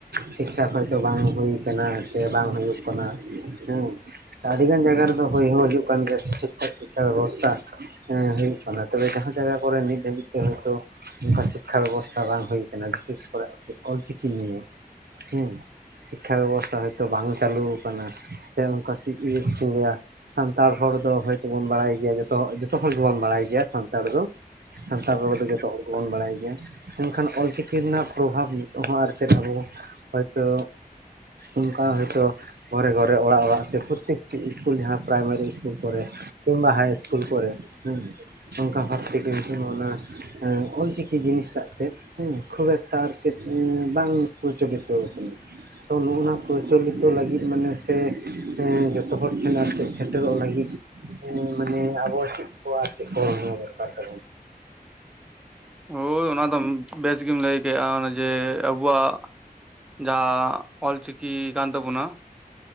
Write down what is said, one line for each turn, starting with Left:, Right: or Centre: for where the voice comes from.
Right: ᱴᱷᱤᱠ ᱴᱷᱟᱠ ᱦᱚᱭ ᱛᱚ ᱵᱟᱝ ᱦᱩᱭ ᱠᱟᱱᱟ ᱥᱮ ᱵᱟᱝ ᱦᱳᱭᱳᱜ ᱠᱟᱱᱟ ᱦᱮᱸ ᱾ ᱟᱹᱰᱤ ᱜᱟᱱ ᱡᱟᱭᱜᱟ ᱨᱮᱫᱚ ᱦᱳᱭ ᱦᱚᱸ ᱦᱳᱭᱳᱜ ᱠᱟᱱ ᱜᱮᱭᱟ ᱠᱤᱪᱷᱩ ᱾ ᱵᱮᱵᱚᱥᱛᱷᱟ ᱦᱮ ᱦᱩᱭᱩᱜ ᱠᱟᱱᱟ ᱛᱚᱵᱮ ᱡᱟᱦᱟ ᱡᱟᱭᱜᱟ ᱠᱚᱨᱮ ᱱᱤᱛ ᱫᱷᱟᱹᱵᱤᱡ ᱛᱮ ᱦᱳᱭ ᱛᱚ ᱚᱱᱠᱟ ᱥᱤᱠᱽᱠᱷᱟ ᱵᱮᱵᱚᱥᱛᱷᱟ ᱵᱟᱝ ᱦᱩᱭ ᱟᱠᱟᱱᱟ ᱵᱤᱥᱮᱥ ᱠᱚ ᱨᱮ ᱚᱞᱪᱤᱠᱤ ᱱᱤᱭᱮ ᱦᱮᱸ ᱾ ᱥᱤᱠᱽᱠᱷᱟ ᱵᱮᱵᱚᱥᱛᱷᱟ ᱦᱳᱭ ᱛᱚ ᱵᱟᱝ ᱪᱟᱹᱞᱩᱣ ᱠᱟᱱᱟ ᱥᱮ ᱚᱱᱠᱟ ᱪᱮᱫ ᱤᱧ ᱞᱟᱹᱭᱟ! ᱥᱟᱱᱛᱟᱲ ᱦᱚᱲ ᱫᱚ ᱦᱳᱭᱛᱚ ᱵᱚᱱ ᱵᱟᱲᱟᱭ ᱜᱮᱭᱟ ᱡᱚᱛᱚ ᱡᱚᱛᱚ ᱦᱚᱲ ᱜᱮ ᱵᱚᱱ ᱵᱟᱲᱟᱭ ᱜᱮᱭᱟ ᱥᱟᱱᱛᱟᱲ ᱫᱚ ᱥᱟᱱᱛᱟᱲ ᱨᱚᱲ ᱫᱚ ᱡᱚᱛᱚ ᱦᱚᱲ ᱵᱚᱱ ᱵᱟᱲᱟᱭ ᱜᱮᱭᱟ, ᱢᱮᱱ ᱠᱷᱟᱱ ᱚᱞᱪᱤᱠᱤ ᱨᱮᱱᱟᱜ ᱯᱨᱚᱵᱷᱟᱵᱽ ᱱᱤᱛᱚᱜ ᱦᱚᱸ ᱟᱨ ᱪᱮᱫ ᱟᱵᱚ ᱦᱚᱭ ᱛᱚ ᱚᱝᱠᱟ ᱦᱳᱭ ᱛᱚ ᱜᱷᱚᱨᱮ ᱜᱷᱚᱨᱮ ᱚᱲᱟᱜ ᱚᱲᱟᱜ ᱥᱮ ᱯᱨᱚᱛᱮᱠ ᱴᱤ ᱤᱥᱠᱩᱞ ᱡᱟᱦᱟ ᱯᱨᱟᱭᱢᱟᱨᱤ ᱤᱥᱠᱩᱞ ᱠᱚᱨᱮ ᱠᱤᱝᱵᱟ ᱦᱟᱭ ᱤᱥᱠᱩᱞ ᱠᱚᱨᱮ ᱦᱮᱸ ᱾ ᱚᱱᱠᱟ ᱵᱷᱟᱵ ᱛᱮ ᱠᱤᱱᱛᱩ ᱚᱱᱟ ᱮᱸ ᱚᱞᱪᱤᱠᱤ ᱡᱤᱱᱤᱥ ᱴᱟᱜ ᱛᱮᱫ ᱦᱮᱸ ᱾ ᱠᱷᱩᱵ ᱮᱠᱴᱟ ᱟᱨᱠᱤ ᱵᱟᱝ ᱯᱨᱚᱪᱚᱞᱤᱛᱚ ᱟᱠᱟᱱᱟ ᱾ ᱛᱚ ᱱᱚᱜᱼᱚ ᱱᱚᱣᱟ ᱯᱨᱚᱪᱚᱞᱤᱛᱚ ᱞᱟᱹᱜᱤᱫ ᱢᱟᱱᱮ ᱥᱮ ᱮᱸ ᱡᱚᱛᱚ ᱦᱚᱲ ᱴᱷᱮᱱ ᱟᱨ ᱪᱮᱫ ᱥᱮᱴᱮᱨᱚᱜ ᱞᱟᱹᱜᱤᱫ ᱢᱟᱱᱮ ᱟᱵᱚ ᱪᱮᱫ ᱠᱚ ᱟᱨ ᱪᱮᱫ ᱠᱚ ᱱᱚᱣᱟ ᱫᱚᱨᱠᱟᱨ ᱛᱟᱵᱚᱱ?
Centre: ᱦᱳᱭ ᱚᱱᱟ ᱫᱚ ᱵᱮᱥ ᱜᱮᱢ ᱞᱟᱹᱭ ᱠᱮᱜᱼᱟ ᱚᱱᱮ ᱡᱮ ᱟᱵᱩᱣᱟᱜ ᱡᱟᱦᱟ ᱚᱞ ᱪᱤᱠᱤ ᱠᱟᱱ ᱛᱟᱵᱚ ᱱᱟ